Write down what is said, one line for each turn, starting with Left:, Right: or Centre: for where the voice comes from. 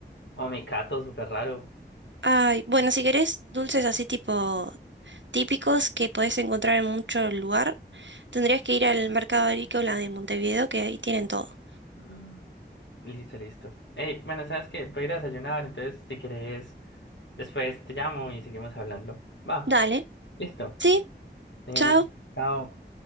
Left: o mecato súper raro.
Right: Ay, bueno, si querés dulces así tipo típicos que podés encontrar en mucho lugar, tendrías que ir al mercado agrícola de Montevideo, que ahí tienen todo.
Left: Mm, Listo, listo. Hey, bueno, sabes que voy a ir a desayunar, entonces si quieres, después te llamo y seguimos hablando. Va,
Right: Dale,
Left: listo.
Right: sí,
Left: Bueno,
Right: chao.
Left: chao.